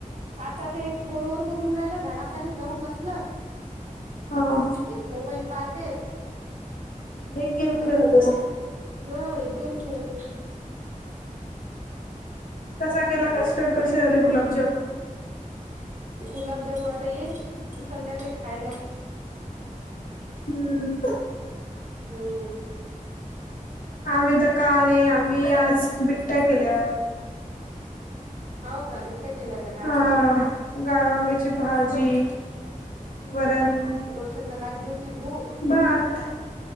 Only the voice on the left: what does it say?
हा.
एक गेम खेळत असेल
कसा केला
कस्टर्ड, कसे झाले गुलाबजामुन?
हम्म
आम्ही तर का नाही, आम्ही आज बिट्ट्या केल्या.
हा,
गाळवांग्याची भाजी,
वरण.
भात,